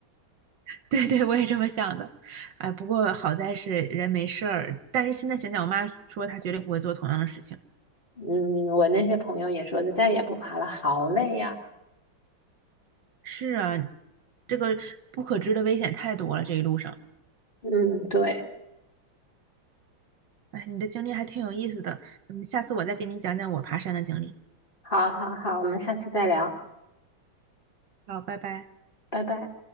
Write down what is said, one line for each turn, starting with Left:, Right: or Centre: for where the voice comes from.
Right: <laughs> 对对，我也这么想的。哎，不过好在是人没事儿，但是现在想想，我妈说她绝对不会做同样的事情。
Left: 嗯，我那些朋友也说，就再也不爬了，好累呀。
Right: 是啊，这个不可知的危险太多了，这一路上。
Left: 嗯，对，
Right: 哎，你的经历还挺有意思的，嗯，下次我再给你讲讲我爬山的经历。
Left: 好好好，我们下次再聊，
Right: 好，拜拜。
Left: 拜拜。